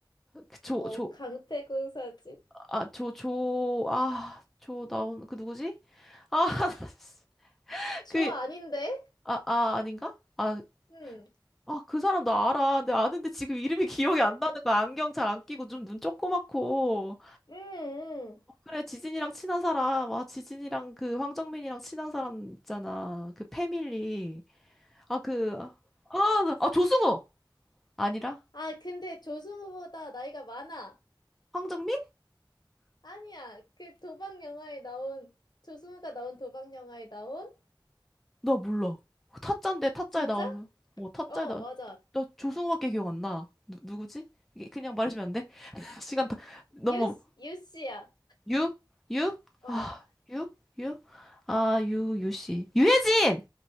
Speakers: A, in the centre; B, on the left.
A: 그 조,
B: 어,
A: 조,
B: 강태국 사진.
A: 아, 조, 조, 아, 조 나온, 그 누구지? 아, <laughs>
B: 조
A: 그,
B: 아닌데?
A: 아, 아, 아닌가? 아,
B: 응,
A: 아, 그 사람 나 알아. 근데 아는데 지금 이름이 기억이 안 나는 거야. 안경 잘 안 끼고 좀 눈 조그맣고.
B: 응, 응.
A: 그래, 지진이랑 친한 사람. 아, 지진이랑 그 황정민이랑 친한 사람 있잖아. 그 패밀리. 아, 그, 아, 아, 조승우! 아니라?
B: 아, 근데 조승우보다 나이가 많아.
A: 황정민?
B: 아니야, 그 도박 영화에 나온, 조승우가 나온 도박 영화에 나온?
A: 나 몰라. 타짜인데 타짜에
B: 진짜?
A: 나오는. 어, 타짜에
B: 어,
A: 나.
B: 맞아.
A: 나 조승우밖에 기억 안 나. 누, 누구지? 이게 그냥 말해주면 안 돼? <laughs> 시간 다 너무
B: 유, 유씨야.
A: 유? 유?
B: 어.
A: 아, 유? 유? 아, 유, 유 씨. 유해진!